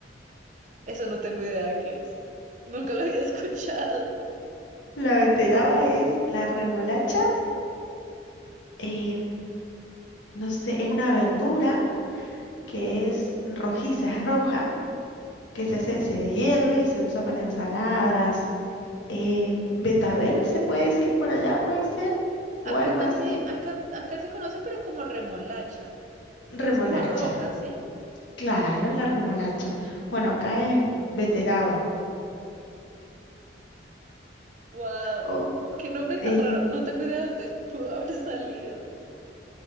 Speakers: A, on the right; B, on the left.
A: Eso no tengo idea de qué es. Nunca lo había <laughs> escuchado.
B: La beteraba es la remolacha. eh, no sé, es una verdura que es rojiza, es roja que se hace, se hierve y se usa para ensaladas. Eh, betabel se puede decir por allá, puede ser,
A: Acá
B: o algo
A: también,
B: así.
A: acá, acá se conoce, pero como remolacha,
B: Remolacha,
A: que es como roja, ¿sí?
B: claro, la remolacha. Bueno, acá es beteraba.
A: Wow,
B: O,
A: qué nombre tan
B: eh,
A: raro. No tengo idea de dónde <laughs> pudo haber salido.